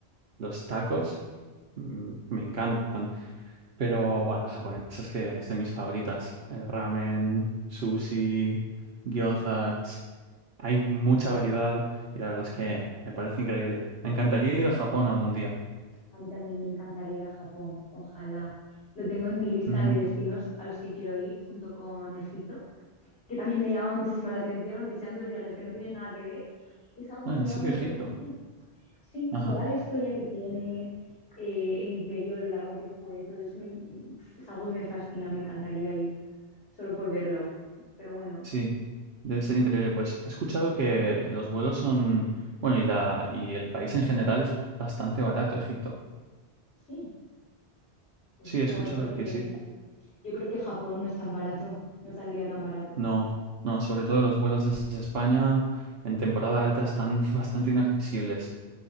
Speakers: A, on the right; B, on the left.
A: los tacos mm, me encantan. Pero bueno, la japonesa es que es de mis favoritas. El ramen, sushi, gyozas. Hay mucha variedad y la verdad es que me parece increíble. Me encantaría ir a Japón algún día.
B: A mí también me encantaría ir a Japón, ojalá. Lo tengo en mi lista
A: Ujú.
B: de destinos a los que quiero ir, junto con Egipto, que también me llama muchísimo la atención, aunque sean dos viajes que no tienen nada que ver, es algo
A: Ah,
B: que
A: ¿en
B: me llama
A: serio,
B: mucho
A: Egipto?
B: la atención. Sí,
A: Ajá,
B: toda la historia que tiene, eh, el imperio, lo largo que fue, todo eso me- mm, es algo que me fascina, me encantaría ir solo por verlo. Pero bueno,
A: sí. Debe ser increíble. Pues he escuchado que los vuelos son, bueno, y la y el país en general es bastante barato, Egipto.
B: sí, pues
A: Sí,
B: mejor,
A: he escuchado
B: porque
A: que sí.
B: yo creo que Japón no es tan barato, no saldría tan barato.
A: No, no, sobre todo los vuelos desde España en temporada alta están <laughs> bastante inaccesibles.